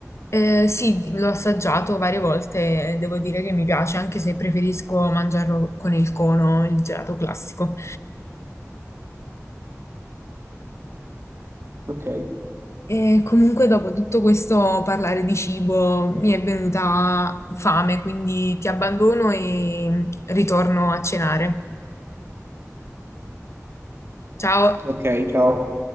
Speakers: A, on the left; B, on the right.
A: eh, sì, l'ho assaggiato varie volte e devo dire che mi piace, anche se preferisco mangiarlo con il cono, il gelato classico.
B: Ok,
A: E comunque, dopo tutto questo parlare di cibo, mi è venuta fame, quindi ti abbandono e ritorno a cenare. Ciao!
B: ok, ciao.